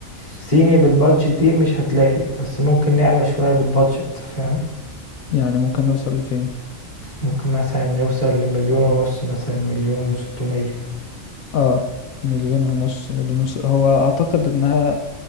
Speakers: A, on the left; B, on the left.
A: صيني بالبادجت دي مش هتلاقي بس ممكن نعلى شوية بالبادجت فاهم
B: يعني ممكن نوصل لفين؟
A: ممكن مثلا نوصل لمليون ونص مثلا مليون وستمية
B: اه مليون ونص مليون ونص هو اعتقد انها